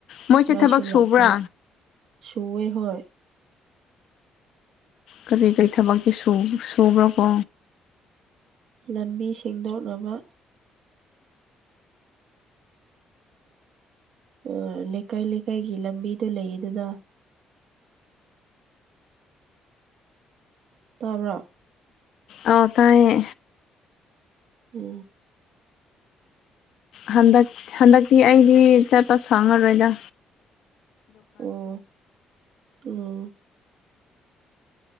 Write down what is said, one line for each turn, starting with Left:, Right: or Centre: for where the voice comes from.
Left: ꯃꯣꯏꯁꯦ
Right: ꯃꯥꯏꯁꯨ
Left: ꯊꯕꯛ
Right: ꯂꯥꯛꯇꯦ
Left: ꯁꯨꯕ꯭ꯔꯥ
Right: ꯁꯨꯋꯦ ꯍꯣꯏ
Left: ꯀꯔꯤ ꯀꯔꯤ ꯊꯕꯛꯇꯤ ꯁꯨꯕ ꯁꯨꯕ꯭ꯔꯥ ꯀꯣ
Right: ꯂꯝꯕꯤ ꯁꯦꯡꯗꯣꯛꯅꯕ ꯑꯣ ꯂꯩꯀꯥꯏ ꯂꯩꯀꯥꯏꯒꯤ ꯂꯝꯕꯤꯗꯨ ꯂꯩꯌꯦꯗꯅ ꯇꯥꯕ꯭ꯔꯣ
Left: ꯑꯥꯎ ꯇꯥꯏꯌꯦ
Right: ꯎꯝ
Left: ꯍꯟꯗꯛ ꯍꯟꯗꯛꯇꯤ ꯑꯩꯗꯤ ꯆꯠꯄ ꯁꯪꯉꯔꯣꯏꯗ
Right: ꯑꯣ ꯎꯝ